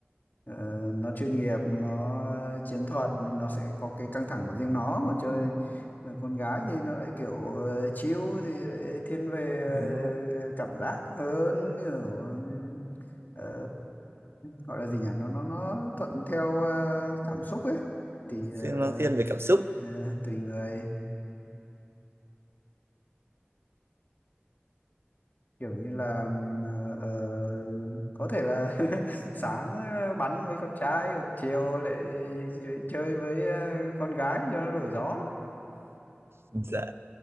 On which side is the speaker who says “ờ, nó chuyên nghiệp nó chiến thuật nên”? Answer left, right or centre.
Left